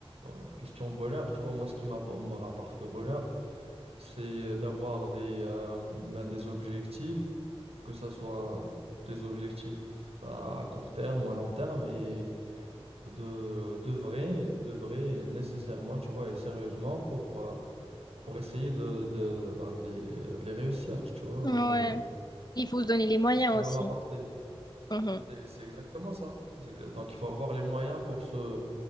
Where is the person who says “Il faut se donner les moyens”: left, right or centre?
Left